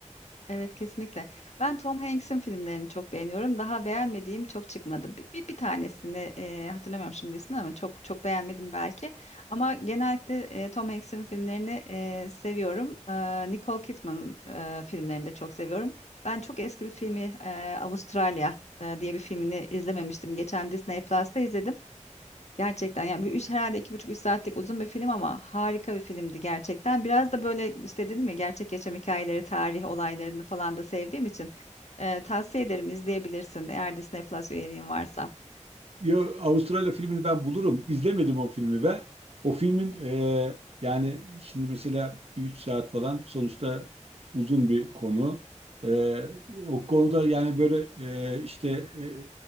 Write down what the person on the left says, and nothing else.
Evet kesinlikle. Ben Tom Hanks'in filmlerini çok beğeniyorum. Daha beğenmediğim çok çıkmadı. Bir, bir, bir tanesini e, hatırlamıyorum şimdi ismini ama çok çok beğenmedim belki. Ama genellikle e, Tom Hanks'in filmlerini e, seviyorum. E, Nicole Kidman e, filmlerini de çok seviyorum. Ben çok eski bir filmi e, Avustralya e, diye bir filmini izlememiştim. Geçen Disney Plus'ta izledim. Gerçekten yani bir üç herhalde iki buçuk üç saatlik uzun bir film ama harika bir filmdi gerçekten. Biraz da böyle işte dedim ya gerçek yaşam hikayeleri, tarih olaylarını falan da sevdiğim için e, tavsiye ederim izleyebilirsin eğer Disney Plus üyeliğin varsa.